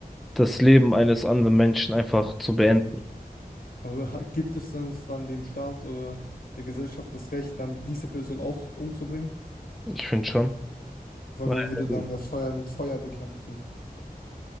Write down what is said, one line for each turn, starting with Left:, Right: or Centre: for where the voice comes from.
Centre: das Leben eines anderen Menschen einfach zu beenden.
Left: Aber ha- gibt es denn es dann dem Staat oder der Gesellschaft das Recht, dann diese Person auch umzubringen?
Centre: Ich finde schon.
Left: Weil
Centre: Weil
Left: man würde dann der Feuer mit Feuer bekämpfen.